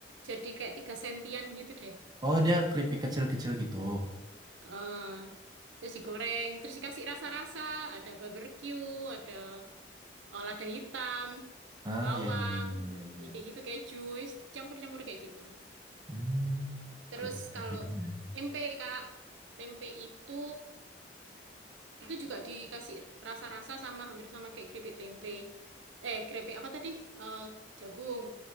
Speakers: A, on the right (about 85°); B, on the right (about 20°).
A: jadi kayak 3 sentian gitu deh.
B: oh dia keripik kecil-kecil gitu.
A: eh terus digoreng, terus dikasih rasa-rasa, ada barbecue, ada eh, lada hitam.
B: Ah,
A: bawang,
B: ya, ya, ya, ya, ya. ya.
A: ya kayak gitu kayak jus, campur-campur kayak gitu.
B: Hmm,
A: Terus
B: keripik keripiknya.
A: kalau
B: ya.
A: tempe Kak, tempe itu itu juga dikasih rasa-rasa sama hampir sama kayak keripik tempe. Eh, keripik apa tadi? Eh, jagung.